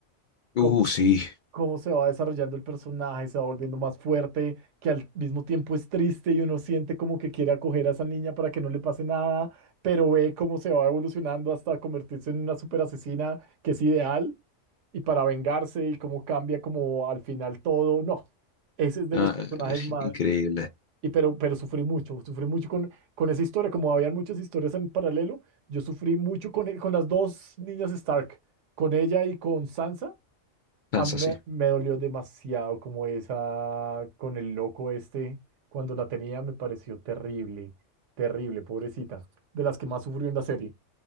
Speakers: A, on the left; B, on the right.
A: Uh,
B: cómo, s-
A: sí,
B: cómo se va desarrollando el personaje, se va volviendo más fuerte, que al mismo tiempo es triste y uno siente como que quiere acoger a esa niña para que no le pase nada, pero ve cómo se va evolucionando hasta convertirse en una super asesina que es ideal y para vengarse y cómo cambia como al final todo. No, ese es de
A: Ah,
B: los personajes
A: es
B: más...
A: increíble.
B: Y pero, pero sufrí mucho, sufrí mucho con, con esa historia, como habían muchas historias en paralelo, yo sufrí mucho con, e- con las dos niñas Stark, con ella y con Sansa.
A: Sansa,
B: A mí me,
A: sí.
B: me dolió demasiado como esa, con el loco este, cuando la tenía me pareció terrible, terrible, pobrecita, de las que más sufrió en la serie.